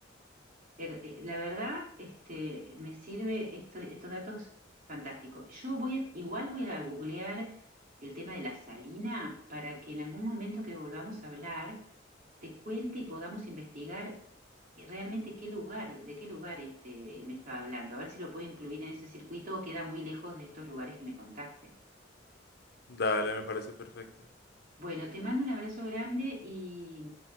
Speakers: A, on the right; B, on the left.
A: Er- eh, la verdad, este, me sirve esto- estos datos fantásticos. Yo voy a- igual voy a googlear el tema de la salina para que en algún momento que volvamos a hablar te cuente y podamos investigar eh, realmente qué lugar, de qué lugar este, él me estaba hablando, a ver si lo puedo incluir en ese circuito o queda muy lejos de estos lugares que me contaste.
B: Dale, me parece perfecto.
A: Bueno, te mando un abrazo grande y,